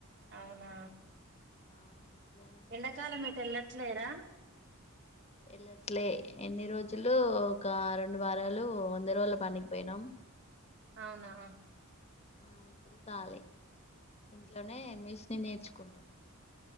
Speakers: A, on the right; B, on the left.
A: అవునా
B: ఆ ఇంట్లోనే
A: ఎండాకాలం
B: నేర్చుకుంటున్నా
A: ఎటు ఎళ్ళట్లేరా?
B: ఎల్లట్లే ఇన్ని రోజులు ఒక రెండు వారాలు వంద రోజుల పనికి పోయినాం.
A: అవునా ఉహుం
B: ఆ ఇప్పుడు ఖాళీ ఇంట్లోనే మిష్ని నేర్చుకుంటున్నా